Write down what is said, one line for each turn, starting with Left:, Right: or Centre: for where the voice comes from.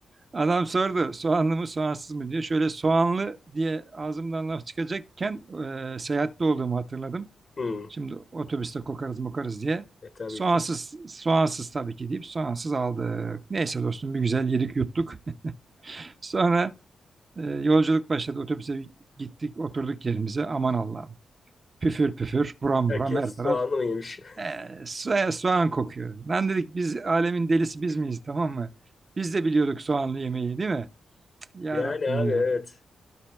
Right: Adam sordu soğanlı mı soğansız mı diye. Şöyle soğanlı diye ağzımdan laf çıkacakken e, seyahatte olduğumu hatırladım.
Left: Hmm.
Right: Şimdi otobüste kokarız mokarız diye.
Left: E tabii
Right: Soğansız,
Left: ki.
Right: soğansız tabii ki deyip soğansız aldık. Neyse dostum bir güzel yedik yuttuk. <laughs> Sonra e, yolculuk başladı. Otobüse bir gittik oturduk yerimize. Aman Allah'ım. Püfür püfür buram
Left: Herkes
Right: buram her taraf.
Left: soğanlı mı yemiş?
Right: E, soğan, soğan kokuyor. Lan dedik biz alemin delisi
Left: <laughs>
Right: biz miyiz tamam mı? Biz de biliyorduk soğanlı yemeği değil mi? Cık, Ya
Left: Yani
Right: Rabbim
Left: abi
Right: ya.
Left: evet.